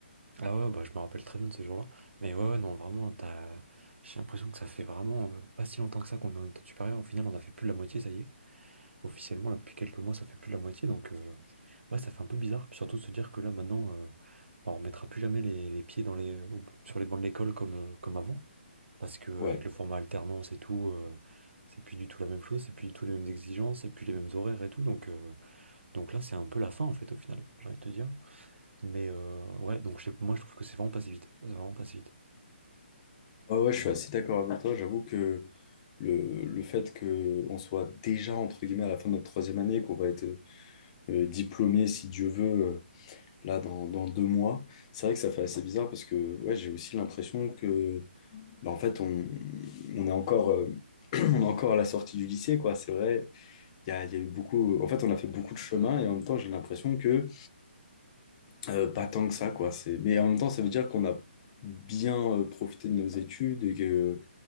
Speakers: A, on the right; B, on the left.
A: Ah ouais, bah je me rappelle très bien de ce jour-là. Mais ouais, ouais, non, vraiment, t'as... j'ai l'impression que ça fait vraiment euh, pas si longtemps que ça qu'on est en études supérieures. Au final, on a fait plus de la moitié, ça y est. officiellement là depuis quelques mois, ça fait plus de la moitié, donc euh, ouais, ça fait un peu bizarre, Puis surtout de se dire que là maintenant, euh, bah, on remettra plus jamais les, les pieds dans les, euh, au- sur les bancs de l'école comme, euh, comme avant, parce que euh,
B: Ouais.
A: avec le format alternance et tout, euh, c'est plus du tout la même chose, c'est plus du tout les mêmes exigences, c'est plus les mêmes horaires et tout, donc, euh, donc là c'est un peu la fin en fait au final, j'ai envie de te dire, mais euh, ouais, donc je sais- moi je trouve que c'est vraiment passé vite, C'est vraiment passé vite.
B: Ouais, ouais, je suis assez d'accord avec toi. J'avoue que le, le fait qu'on soit déjà, entre guillemets, à la fin de notre troisième année, qu'on va être euh, euh, diplômé, si Dieu veut, euh, là, dans, dans deux mois, c'est vrai que ça fait assez bizarre parce que ouais, j'ai aussi l'impression que bah, en fait, on, on est encore, euh, <clears throat> on est encore à la sortie du lycée, quoi. C'est vrai, il y a, il y a eu beaucoup. En fait, on a fait beaucoup de chemin et en même temps, j'ai l'impression que euh, pas tant que ça, quoi. C'est, mais en même temps, ça veut dire qu'on a bien euh, profité de nos études et que,